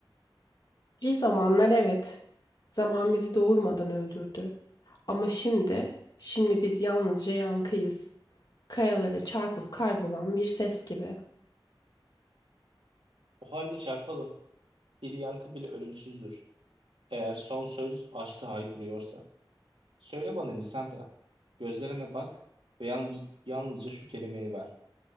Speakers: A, on the left; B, on the right.
A: Bir zamanlar evet. Zaman bizi doğurmadan öldürdü. Ama şimdi, şimdi biz yalnızca yankıyız. Kayalara çarpıp kaybolan bir ses gibi.
B: O halde çarpalım, bir yankı bile ölümsüzdür. Eğer son söz aşkı haykırıyorsa. Söyle bana Lisandra, gözlerime bak ve yalnız, yalnızca şu kelimeyi ver.